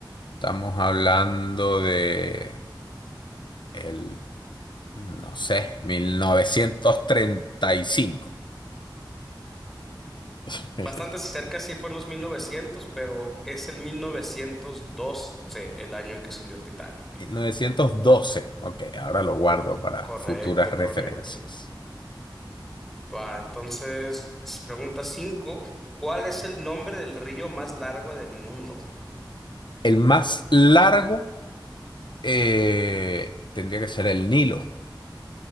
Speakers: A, on the left; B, in the centre.
A: estamos hablando de el, no sé, mil mil novecientos treinta y cinco <laughs>
B: Bastante cerca, sí fue en los 1900, pero es el 1912 el año en que se hundió el Titanic.
A: mil novecientos doce Ok, ahora lo guardo para
B: Correcto,
A: futuras referencias.
B: correcto. Va, entonces, pregunta cinco, ¿Cuál es el nombre del río más largo del mundo?
A: El más largo eh, tendría que ser el Nilo,